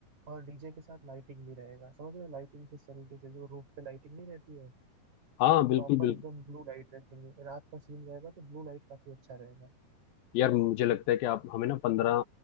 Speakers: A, on the right; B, on the left.
A: और डीजे के साथ लाइटिंग भी रहेगा समझ रहे हो लाइटिंग किस तरीके से जो रूफ पे लाइटिंग नहीं रहती है
B: हाँ
A: इसमें
B: बिल्कुल
A: प्रॉपर
B: बिल्कुल
A: एकदम ब्लू लाइट रखेंगे रात का सीन रहेगा तो ब्लू लाइट काफी अच्छा रहेगा
B: यार मुझे लगता है कि आप हमें ना पंद्रह